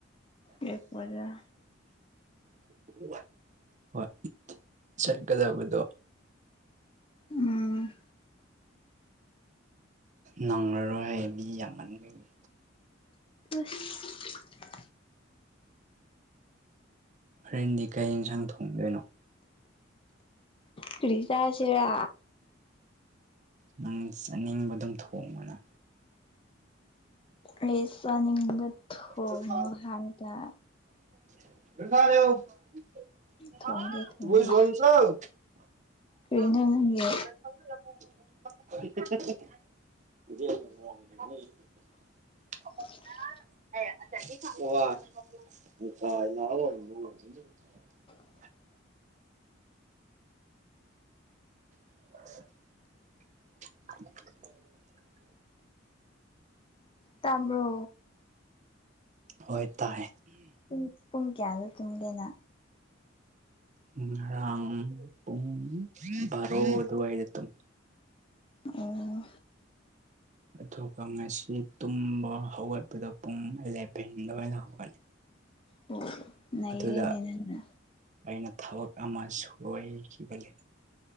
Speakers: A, on the left; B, on the right.
A: ꯌꯦꯛꯄꯗ
B: <unintelligible> ꯍꯣꯏ ꯆꯠꯀꯗꯕꯗꯣ
A: ꯎꯝ
B: ꯅꯪꯉꯔꯣꯏ ꯃꯤ ꯌꯥꯝꯃꯟꯕꯒꯤ
A: <unintelligible>
B: ꯍꯣꯌꯦꯡꯗꯤ ꯀꯩ ꯏꯟꯁꯥꯡ ꯊꯣꯡꯗꯣꯏꯅꯣ
A: ꯀꯔꯤꯆꯥꯁꯤꯔ
B: ꯅꯪ ꯆꯥꯅꯤꯡꯕꯗꯨꯝ ꯊꯣꯡꯉꯨꯅ
A: ꯑꯩ ꯆꯥꯅꯤꯡꯕꯗꯣ ꯊꯣꯡꯉꯣ
B: ꯍꯣꯏ
A: ꯍꯥꯏꯗ
B: <unintelligible>
A: ꯊꯣꯡꯒꯦ ꯊꯣꯡꯒꯦ
B: <inaudible>
A: ꯀꯔꯤꯅꯣ ꯅꯪꯒꯤ
B: <unintelligible>
A: <inaudible>
B: <unintelligible>
A: <inaudible>
B: <inaudible>
A: ꯇꯥꯕ꯭ꯔꯣ
B: ꯍꯣꯏ ꯇꯥꯏ
A: ꯄꯨꯡ ꯄꯨꯡ ꯀꯌꯥꯗ ꯇꯨꯝꯒꯦꯅ
B: ꯉꯔꯥꯡ ꯄꯨꯡ ꯕꯥꯔꯣ ꯑꯗꯨꯋꯥꯢꯗ ꯇꯨꯝ
A: ꯑꯣ
B: ꯑꯗꯨꯒ ꯉꯁꯤ ꯇꯨꯝꯕ ꯍꯧꯒꯠꯄꯗ ꯄꯨꯡ ꯑꯦꯂꯦꯚꯦꯟ ꯗ꯭ꯋꯥꯢꯗ ꯍꯧꯒꯠꯂꯤ
A: ꯑꯣ ꯅꯩꯔꯦꯅꯦ
B: ꯑꯗꯨꯗ
A: ꯅꯪꯅ
B: ꯑꯩꯅ ꯊꯕꯛ ꯑꯃ ꯁꯣꯏꯈꯤꯕꯒꯤ